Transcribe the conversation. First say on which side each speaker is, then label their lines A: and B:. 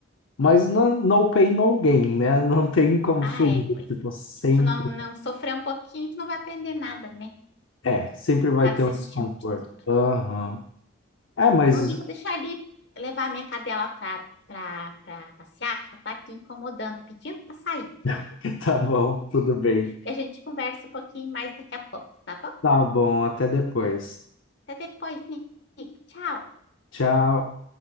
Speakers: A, on the left; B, on the left.
A: mas no, no pain, no gain, né? Não tem como
B: Ah,
A: fugir.
B: é, pois
A: Tipo,
B: é.
A: sempre.
B: Se tu não, não sofrer um pouquinho, tu não vai aprender nada, né?
A: É, sempre vai
B: Ficar
A: ter
B: desistindo
A: um desconforto.
B: de tudo.
A: Aham. É, mas
B: Eu digo deixar ele levar a minha cadela pra, pra, pra passear, que ela tá aqui incomodando, pedindo pra sair.
A: <laughs> tá bom, tudo bem.
B: E a gente conversa um pouquinho mais daqui a pouco, tá bom?
A: Tá bom, até depois.
B: Até depois, Nick. Tchau.
A: Tchau.